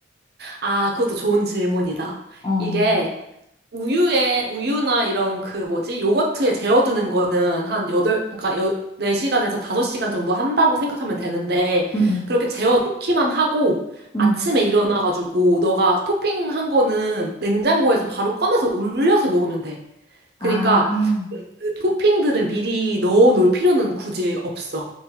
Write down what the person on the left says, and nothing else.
어,
응, 응,
응.
아.